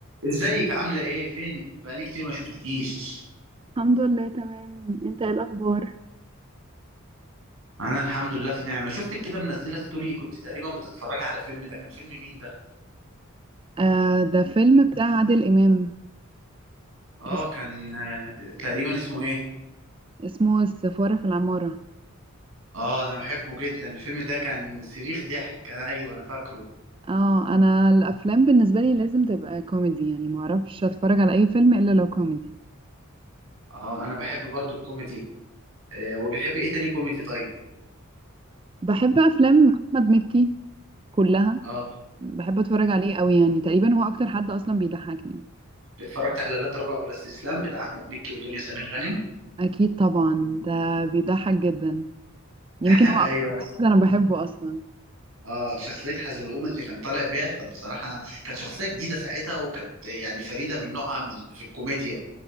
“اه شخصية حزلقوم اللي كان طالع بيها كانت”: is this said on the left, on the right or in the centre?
Right